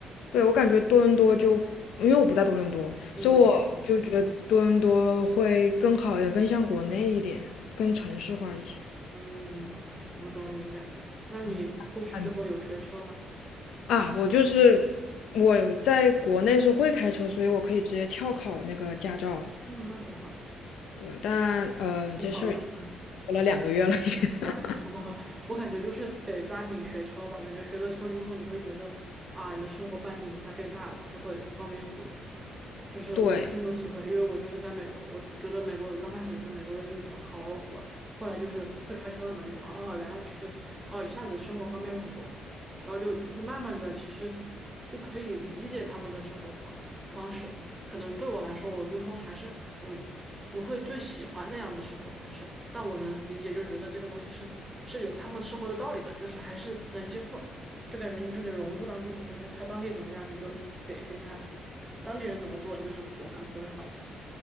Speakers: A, on the left; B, on the right.
A: 对我感觉多伦多就因为我不在多伦多，
B: 嗯，
A: 所以我就觉得多伦多会更好一点，
B: 还行，
A: 更像国内一点，更城市化一些。
B: 嗯嗯，我懂你的感觉。那你过去之后有学车吗？
A: 嗯，嗯啊，我就是我在国内是会开车，所以我可以直接跳考那个驾照。
B: 嗯，那挺好。
A: 对，但呃，
B: 你考了吗？
A: 这事儿已经过了两个月了，已经。<laughs>
B: 哦，<laughs> 我感觉就是得抓紧学车吧，感觉学了车之后，你会觉得啊，你的生活半径一下变大了，就会方便很多。就是我深有体会，
A: 对，
B: 因为我就是在美国，我觉得美国的刚开始觉得美国的日子好苦啊，后来就是会开车了嘛，这种得哦，原来其实哦，一下子生活方便了很多，然后就慢慢的其实就可以理解他们的生活方式方式。可能对我来说，我最后还是嗯不会最喜欢那样的生活方式，但我能理解，就觉得这个东西是是有他们生活的道理的，就是还是能接受，就感觉你就得融入当地吧，就是他当地怎么样，你就得跟他。当地人怎么做你就怎么做，可能就会好一些。